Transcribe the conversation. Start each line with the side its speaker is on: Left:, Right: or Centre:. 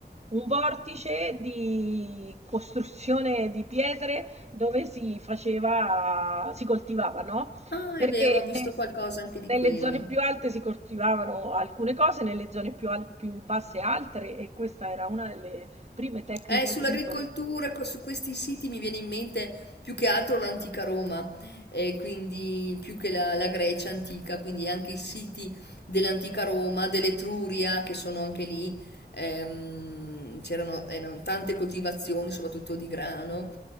Right: un vortice di costruzione di pietre dove si faceva si coltivava, no,
Left: Ah,
Right: perché
Left: è vero, ho visto
Right: ne
Left: qualcosa anche di
Right: nelle
Left: quello.
Right: zone più alte si coltivavano alcune cose, nelle zone più al più basse altre e questa era una delle prime tecniche
Left: Eh, sull'agricoltura,
Right: agricole.
Left: co- su questi siti mi viene in mente più che altro l'antica Roma, e quindi più che la, la Grecia antica, quindi anche i siti dell'antica Roma, dell'Etruria, che sono anche lì, ehm, c'erano erano tante coltivazioni, soprattutto di grano.